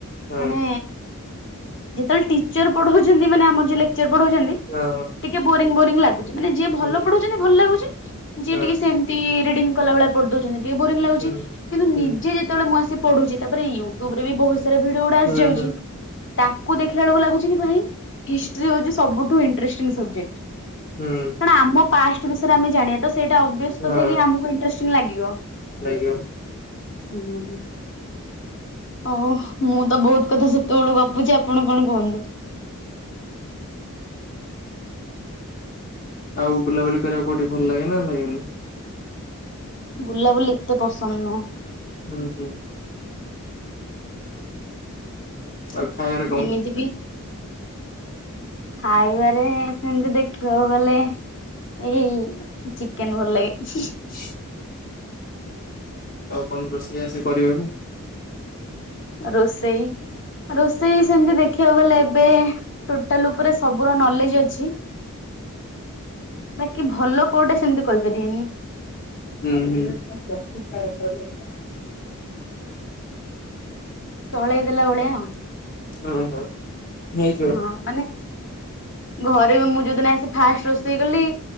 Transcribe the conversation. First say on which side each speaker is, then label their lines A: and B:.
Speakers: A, on the left (about 40°); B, on the left (about 55°).
A: ହଁ
B: ମାନେ। ଯେତେବେଳେ ଟିଚର ପଢଉଛନ୍ତି ମାନେ ଆମର ଯଉ ଲେକ୍ଚର ପଢଉଛନ୍ତି
A: ହଁ
B: ଟିକେ ବୋରିଂ ବୋରିଂ ଲାଗୁଛି ମାନେ ଯିଏ ଭଲ
A: ହୁଁ
B: ପଢୁନ ଭଲ ଲାଗୁଛି ଯିଏ
A: ହଁ
B: ଟିକେ ସେ ଡି ରିଡିଙ୍ଗ କଲା ଭଳିଆ ପଢି ଦଉଛନ୍ତି ଟିକେ ବୋରିଂ ଲାଗୁଛି
A: ହୁଁ ହୁଁ
B: କିନ୍ତୁ ନିଜେ
A: ହୁଁ
B: ଯେତେବେଳେ ମୁଁ ଆସି ପଢୁଛି। ତାପରେ ୟୁଟ୍ୟୁବ ରେ ବି ବହୁତ ସାରା ଭିଡିଓ ଗୁଡା ଆସିଯାଉଛି।
A: ହୁଁ
B: ତାକୁ ଦେଖିଲା ବେଳକୁ ଲାଗୁଛି କି ଭାଇ ହିଷ୍ଟି ହଉଛି ସବୁଠୁ ଇଂଟରେଷ୍ଟିଙ୍ଗ ସବଜେକ୍ଟ।
A: ହୁଁ
B: କାରଣ ଆମ ପାଷ୍ଟ ବିଷୟରେ ଆମେ ଜାଣିବା ତ ସେଇଟା ଅବ୍ୟସ
A: ହଁ
B: କଥା କି ଆମକୁ ଇଂଟରେଷ୍ଟିଙ୍ଗ ଲାଗିବ।
A: ଲାଗିବ।
B: ହୁଁ। ହଉ ମୁଁ ତ ବହୁତ କଥା ସେତେବେଳୁ ଗପୁଛି ଆପଣ କଣ କୁହନ୍ତୁ।
A: ଆଉ ବୁଲାବୁଲି କରିବାକୁ କଉଠି ଭଲ ଲାଗେ ନା ଲାଗେନି?
B: ବୁଲାବୁଲି ଏତେ ପସନ୍ଦ ନୁହଁ।
A: ହୁଁ ହୁଁ। ଆଉ ଖାଇବାର
B: ଏମିତି ବି ଖାଇବାରେ ସେମିତି ଦେଖିବାକୁ ଗଲେ। ଏଇ ଚିକେନ ଭଲ ଲାଗେ।
A: ସ ଆଉ କଣ ରୋଷେଇ ଆସେ କରିବାକୁ?
B: ରୋଷେଇ। ରୋଷେଇ ସେମିତି ଦେଖିବାକୁ ଗଲେ ଏବେ ଟୋଟାଲ ଉପରେ ସବୁର ନଲେଜ ଅଛି। ବାକି ଭଲ କୋଉଟା ସେମିତି କହିପାରିବିନି।
A: ହୁଁ ହୁଁ।
B: ଚଳେଇ ଦେଲା ଭଳିଆ।
A: ହଁ ହଁ। ହେଇଯିବ
B: ହଁ ମାନେ ଘରେ ମୁଁ ଯଉଦିନ ଆସି ଫାଷ୍ଟ ରୋଷେଇ କଲି।